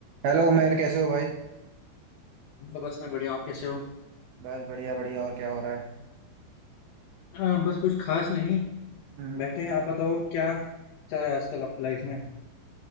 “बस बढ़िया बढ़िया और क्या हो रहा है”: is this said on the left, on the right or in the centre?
Right